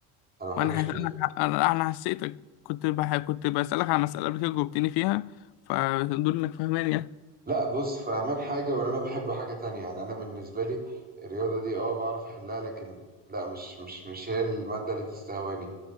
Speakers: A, on the right (about 20°); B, on the left (about 60°).
A: انا ما بحبش
B: وانا حس... انا
A: الرياضة
B: انا انا حسيتك كنت بح... كنت بسالك على مساله قبل كده جاوبتني فيها فدول انك فاهمان يعني
A: لا بص فاهمان حاجة ولا انا بحب حاجة تانية يعني انا بالنسبة لي الرياضة دي اه بعرف احلها لكن لا مش مش مش هي المادة اللي تستهواني